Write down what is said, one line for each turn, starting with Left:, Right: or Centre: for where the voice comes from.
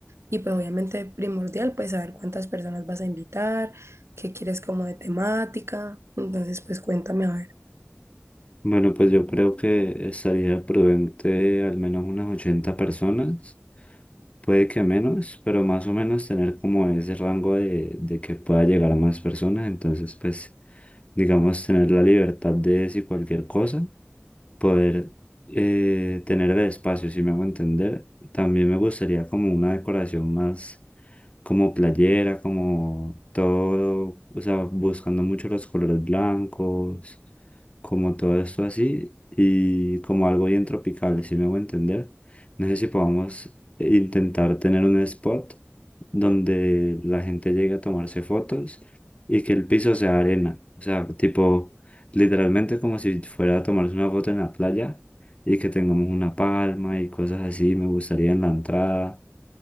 Right: y pues obviamente primordial pues saber cuántas personas vas a invitar, qué quieres como de temática, entonces pues cuéntame a ver.
Left: Bueno, pues yo creo que estaría prudente al menos unas 80 personas. Puede que menos, pero más o menos tener como ese rango de, de que pueda llegar a más personas. Entonces, pues, digamos, tener la libertad de decir cualquier cosa, poder eh, tener de espacio, si me hago entender. También me gustaría como una decoración más como playera, como todo, o sea, buscando mucho los colores blancos, como todo esto así, y como algo bien tropical, si me hago entender. No sé si podamos intentar tener un spot donde la gente llegue a tomarse fotos y que el piso sea arena, o sea, tipo literalmente como si fuera a tomarse una foto en la playa y que tengamos una palma y cosas así. Me gustaría en la entrada.